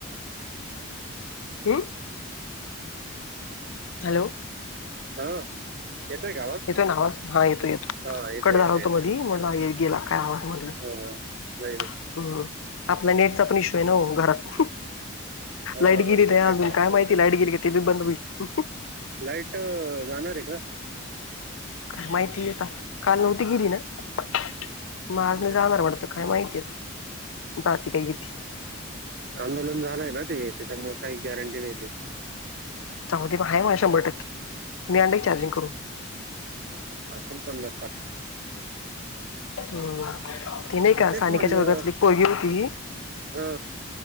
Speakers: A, on the left (about 75°); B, on the right (about 45°).
A: हम्. हॅलो.
B: हा. येतोय का आवाज
A: इथोय ना आवाज हा यथो येतो.
B: हा येते
A: कड झाला
B: येते
A: होतो
B: येते
A: मधी म्हटला गेला काय आवाज म्हटलं.
B: हा, नाही नाही
A: हम् आपला नेटचा पण इशू आहे ना घरात
B: हा
A: लाईट
B: हा,
A: गिरी
B: ते
A: र
B: नेटचा
A: अजून
B: प्रॉब्लेम
A: काय माहिती लाईट गिरी का ते बी बंद होईल.
B: लाईट जाणार आहे का?
A: का माहिित आता काल नव्हती गेली ना. मज नाही जाणार वाटत काय माहितीय जाते काय किती?
B: आंदोलन झालंय ना ते त्याच्यामुळे काही गॅरंटी नाही.
A: सुमृद्धी म आहे मला शंभर टक्केुम्ही अक् चार्जिंग करून.
B: आसल पन्नास साठ
A: हम्म, ती नाही
B: मग
A: का?
B: तेच
A: सानिकाच्या
B: म्हणलं
A: वर्गातली एक पोरगी होती
B: हा